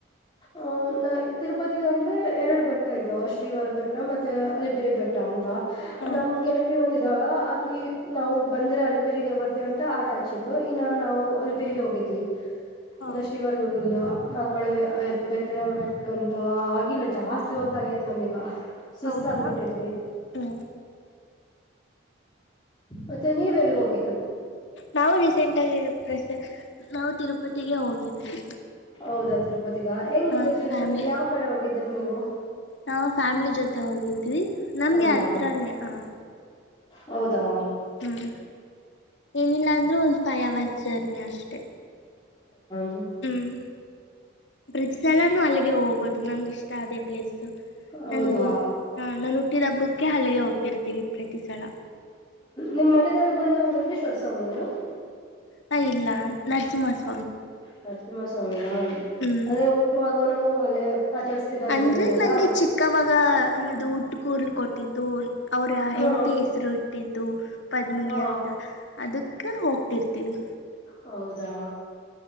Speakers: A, on the left (about 25°); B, on the left (about 75°).
A: ಆಹ ನ ತಿರುಪತಿ ಅಂದ್ರೆ ಎರಡು ಬೆಟ್ಟ ಇದಾವ ಶ್ರೀವಾರ ಬೆಟ್ಟ ಮತ್ತೆ ಅಲಿಪಿರಿ ಬೆಟ್ಟ ಅಂತ
B: ಹ
A: ನಮ್ ಗೆಲತಿ ಒಂದಿದಾಲ ಆಕಿ ನಾವು ಬಂದ್ರೆ ಅ ಪಿರಿಗೆ ಬರ್ತೀವಿ ಅಂತ ಆಟ ಹಚ್ಚಿದ್ಲು ಇನ್ನ ನಾವು ಅಲ್ಲಿ ಪ ತಿರಿಗೆಗೆ ಹೋಗಿದ್ವಿ
B: ಹ
A: ಇನ್ನ ಶ್ರೀವಾರ್ಗ ಹೋಗಿಲ್ವಾ ಆ ಕಡೆ ಬೆತ್ತ ಇಟ್ಕಂತ ಆಗಿಲ್ಲ ಜಾಸ್ತಿ ಹೊತ್ತಾಗೈತ್ ನಮೀಗ ಸುಸ್ತಾಗಬಿಟ್ಟಿದ್ವಿ
B: ಹೌದಾ ಹ್ಮ್
A: ಮತ್ತೆ ನೀವೆ ಎಲ್ಲಿಗ ಹೋಗ
B: ನಾವು ರೀಸೆಂಟ್ ಆಗ ಪ್ರಸ ನಾವು ತಿರುಪತಿಗೆ ಹೋಗಿದ್ವಿ
A: ಹೌದಾ ತಿರುಪತಿಗ ಹೆಂಗಿದೆ
B: ಹ
A: ತಿರುಪತಿ
B: ಫ್ಯಾಮ್ಲಿ
A: ಯಾವ್ ಕಡೆ ಹೋಗಿದ್ರಿ ನೀವು
B: ನಾವು ಫ್ಯಾಮಿಲಿ ಜೊತೆ ಹೋಗಿದ್ವಿ ನಮ್ಗೆ
A: ಹೌದಾ
B: ಹತ್ರನೇ ಹ
A: ಹೌದಾ
B: ಹ್ಮ್ ಏನಿಲ್ಲ ಅಂದ್ರು ಒಂದ ಫೈವ್ ಅವರ್ಸ್ ಜರ್ನಿ ಅಷ್ಟೆ
A: ಹ
B: ಹ್ಮ್ ಪ್ರತಿ ಸಲಾನೂ ಅಲ್ಲಿಗೆ ಹೋಗೋದು ನಂಗ ಇಷ್ಟ ಅದೇ ಪ್ಲೇಸು
A: ಹೌದಾ
B: ನಂದುು ಹ ನಾು ಹುಟ್ಟಿದ ಹಬ್ಬಕ್ಕೆ ಅಲ್ಲಿಗೆ ಹೋಗ್ತಿರ್ತೀವಿ ಪ್ರತಿ ಸಲ
A: ನಿಮ್ಮ್ ಮನೆದವ್ರು ಬಂದು ವೆಂಕೇಶ್ವರ ಸ್ವಾಮಿ ಏನು
B: ಹ ಇಲ್ಲ ನರಸಿಂಹಸ್
A: ನರಸಿಂಹ ಸ್ವಾಮಿನ
B: ಹ್ಮ್
A: ಅದೇ ಊಟವಾಗುವ ನಾವು ಅಲ್ಲೇ ಆಚರಿಸ್ತೀರ ಅಂತ
B: ಅಂದ್ರೆ
A: ಹೇಳಿರಲ್ಲ
B: ನಂಗೆ ಚಿಕ್ಕವಾಗ ಅದು ಸ್ಕೂಲ್ ಕೊಟ್ಟಿದ್ದು ಅವರ
A: ಹ
B: ಹೆಪಿ ಹೆಸರು ಇಟ್ಟಿದ್ದು ಪದ್ಮಿನಿ
A: ಹ
B: ಅಂತ ಅದು ಅಕ್ಕ ಹೋಗ್ತಿಿರ್ತೀವಿ
A: ಹೌದಾ